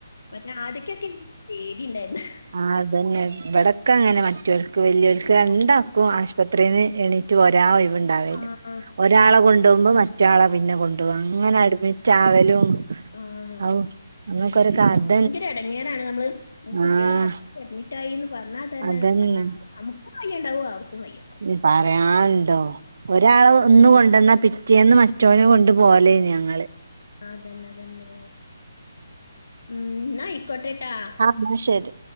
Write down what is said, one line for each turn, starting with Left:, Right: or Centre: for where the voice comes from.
Left: മറ്റേ ആദ്യക്കൊക്കെ എനിക്ക്‌ പേടി ഇണ്ടായിരുന്ന്
Right: ആഹ് അതന്നെ ഇവിടൊക്കെ അങ്ങനെ മാറ്റോൽക്ക് വല്ല്യോൽക്ക് രണ്ടാക്കും ആശുപത്രീന്ന് എണീറ്റ് പോരാൻ ഒയിവ് വ്ണ്ടാവേ ഇല്ല
Left: ആഹ്
Right: ഒരാളെ കൊണ്ടോവുമ്പോ മറ്റെയാളെ പിന്നെ കൊണ്ടോവും അങ്ങനെ അഡ്മിറ്റാവലും
Left: ആഹ്
Right: ഔ നിങ്ങൾക്ക് ഒരു കാരണ്
Left: ഭയങ്കര എടങ്ങോറാണ് നമ്മള് ഉം കുട്ടികള്
Right: ആഹ്
Left: ആശു ത്രി അഡ്മിറ്റായീന്ന് പറഞ്ഞാ തന്നെ
Right: അതന്നെ
Left: നമ്മ ആകെ നമ്ക്കും വയ്യാണ്ടാവും അവർക്കും വയ്യ
Right: <unintelligible> പറയാന്ണ്ടോ ഒരാള അ് ഇന്ന് കൊണ്ടന്നാ പിറ്റേന്ന് മറ്റോനെ കൊണ്ട് പോവെലേന് ഞങ്ങള്
Left: ആഹ് അതന്നെ അതന്നെ ഉം ന്നാ ആയിക്കോട്ടേട്ടാ
Right: അന്നാ ശരി